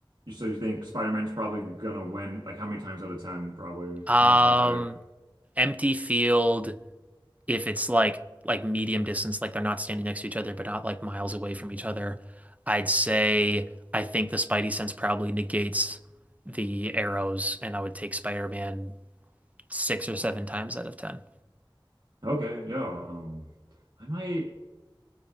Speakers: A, on the right (about 60°); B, on the right (about 15°).
A: so you think Spider-Man's probably gonna win like how many times out of 10 probably
B: Um,
A: against Hawkeye?
B: empty field, if it's like like medium distance, like they're not standing next to each other, but not like miles away from each other, I'd say I think the Spidey sense probably negates the arrows, and I would take Spider-Man six or seven times out of ten.
A: Okay, yeah. Um I might